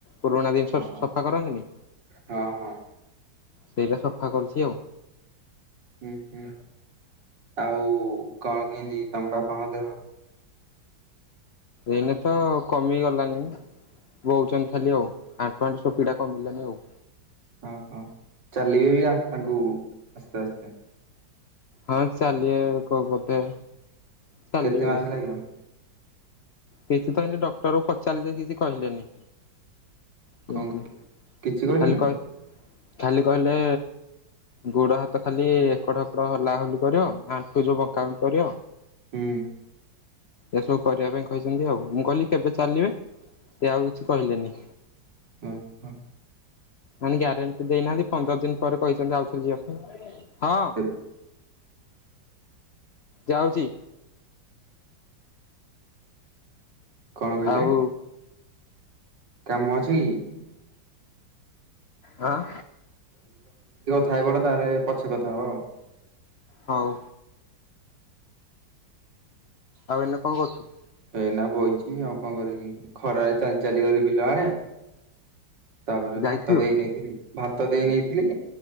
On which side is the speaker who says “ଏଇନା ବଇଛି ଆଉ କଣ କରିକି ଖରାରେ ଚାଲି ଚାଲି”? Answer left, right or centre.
Right